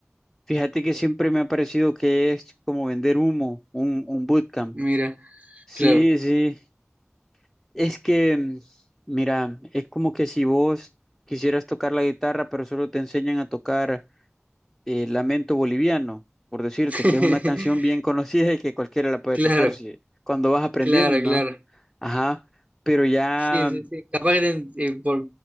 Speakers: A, in the centre; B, on the right.
A: Fíjate que siempre me ha parecido que es como vender humo, un, un bootcamp.
B: Mira,
A: Sí,
B: claro,
A: sí, es que, mm, mira, es como que si vos quisieras tocar la guitarra, pero solo te enseñan a tocar eh, Lamento Boliviano, por decirte,
B: claro.
A: que es una canción
B: <laughs>
A: bien conocida y que cualquiera la puede
B: Claro,
A: tocar si, cuando vas aprendiendo,
B: claro,
A: ¿no?
B: claro.
A: Ajá, pero ya
B: Sí, sí, sí. Capaz que te, eh, por-